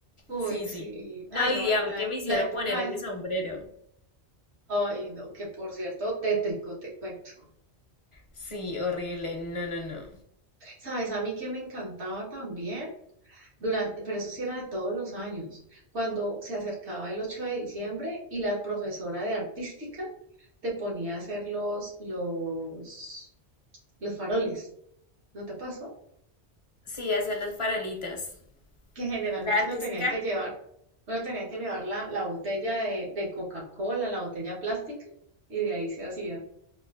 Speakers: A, on the right; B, on the left.
A: Uy,
B: Sí,
A: sí.
B: sí.
A: Ay,
B: No,
A: no,
B: y
A: vení,
B: a mí
A: la,
B: que me hicieron
A: la época
B: poner ese
A: de...
B: sombrero.
A: Ay, no, que por cierto, tétrico, te cuento.
B: Sí, horrible. No, no, no.
A: ¿Sabes? A mí que me encantaba también. Durante, pero eso sí era de todos los años, cuando se acercaba el 8 de diciembre y la profesora de artística te ponía a hacer los, los, los faroles. ¿No te pasó?
B: Sí, hacer los farolitos.
A: Que generalmente
B: La artística.
A: uno tenía que llevar, uno tenía que llevar la, la botella de, de Coca-Cola, la botella plástica, y de ahí se hacía.